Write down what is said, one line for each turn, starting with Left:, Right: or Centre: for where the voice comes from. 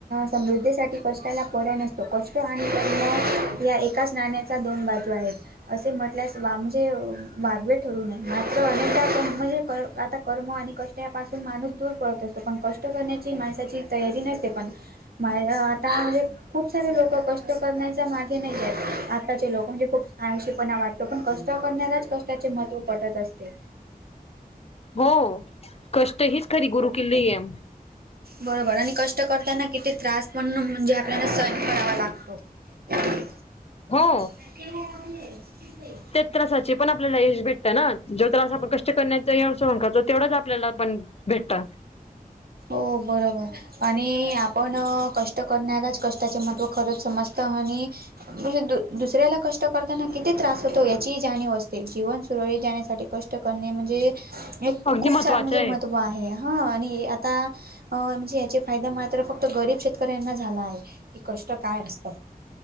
Right: समृद्धीसाठी कष्टाला पर्याय नसतो कष्ट आणि कर्म या एकाच नाण्याच्या दोन बाजू आहेत असे म्हटल्यास म्हणजे वागवे ठरू नये मात्र म्हणजे आता? कर्म आणि कष्ट यापासून माणूस दूर पळत असतो पण कष्ट करण्याची माणसाची तयारी नसते पण माझ आता म्हणजे खूप सारे लोक कष्ट करण्याच्या मागे नाही जात आत्ताचे लोक म्हणजे खूप आळशी पण वाटतो पण कष्ट करणाराच कष्टाचे महत्त्व पटत असते.
Left: हो कष्ट हीच खरी गुरु किल्ली य.
Right: बरोबर आणि कष्ट करताना किती त्रास पण म्हणजे आपल्याला सहन करावा लागतो. <inaudible>
Left: हो.
Right: <inaudible>
Left: त्रासापणाच आपल्याला यश भेटत ना, जो त्रास आपण कष्ट करण्याचं येवढ सहन करतो तेवढंच आपल्याला आपण भेटता.
Right: हो बरोबर. आणि आपण कष्ट करणाराच कष्टाचे महत्त्व खरंच समजत आणि म्हणजे दु दुसऱ्याला कष्ट करताना किती त्रास होतो याची ही जाणीव असते जीवन सुरळीत जाण्यासाठी कष्ट कष्ट करणे म्हणजे
Left: अगदी
Right: खूप
Left: महत्त्वाचं
Right: छा म्हणजे महत्व आहे ह आणि आता म्हणजे याचे फायदा मात्र फक्त गरीब शेतकऱ्यांना झाला आहे. कि कष्ट काय असत?